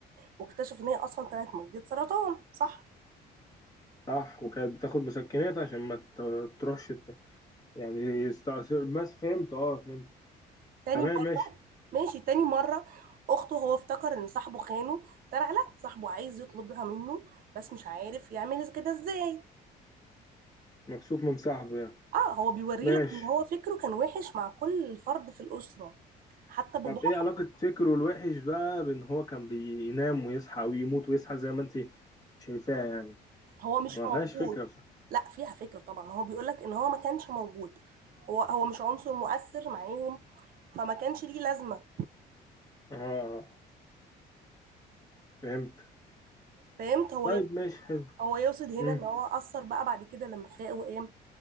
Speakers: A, on the right (about 60°); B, on the left (about 20°).
A: واكتشف إن هي أصلا طلعت مريضة سرطان صح
B: صح وكانت بتاخد مسكنات عشان ما ت- تروحش ت- يعني يستأثر بس فهمت اه فهمت
A: تاني
B: تمام
A: مرة
B: ماشي
A: ماشي تاني مرة أخته هو افتكر إن صاحبه خانه طلع لا صاحبه عايز يطلبها منه بس مش عارف يعمل كده إزاي
B: مكسوف من صاحبه يعني
A: اه هو بيوريلك
B: ماشي
A: ان هو فكره كان وحش مع كل فرد في الاسره حتى باباه
B: طب ايه علاقة فكره الوحش بقى بان هو كان بينام ويصحى ويموت ويصحى زي ما انت شايفاها يعني
A: هو مش
B: ما
A: موجود
B: فيهاش فكرة بصراحة
A: لا فيها فكر طبعا هو بيقولك ان هو ما كانش موجود هو هو مش عنصر مؤثر معاهم فما كانش ليه لازمه
B: اه آه، فهمت
A: فهمت هو
B: طيب
A: ي-
B: ماشي حلو
A: هو يقصد هنا
B: امم
A: ان هو اثر بقى بعد كده لما فاق وقام